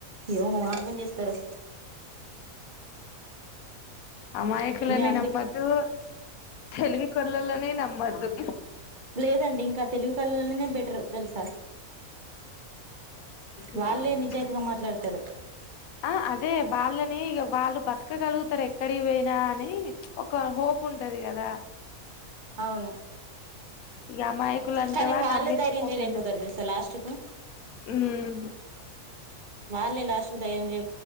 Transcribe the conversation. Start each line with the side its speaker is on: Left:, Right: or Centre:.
Right: ఏమి ఆగమ్ చేస్తారో.
Left: అమాయకులని
Right: ఇంగ అందుకే
Left: నమ్మద్దు. తెలివికల్లోల్లనే. నమ్మొద్దు.
Right: లేదండి ఇంకా తెలివి కళల్లోనే బెటరు తెలుసా?
Left: ఉమ్
Right: వాళ్ళే నిజాయితీగా మాట్లాడతారు.
Left: ఆ అదే వాళ్ళని వాళ్ళు బతకగలుగుతారు. ఎక్కడి పోయినా అని ఒక హోప్. హోప్ ఉంటది కదా?
Right: అవును.
Left: ఈ అమాయక్ కులు అంటావా
Right: కానీ వాళ్ళే
Left: నమ్మించుమోసం.
Right: ధైర్యం చేయలేకపోతారు తెలుసా లాస్ట్ కు
Left: హ్మ్.
Right: వాల్లే లాస్ట్ కు ధైర్యం చె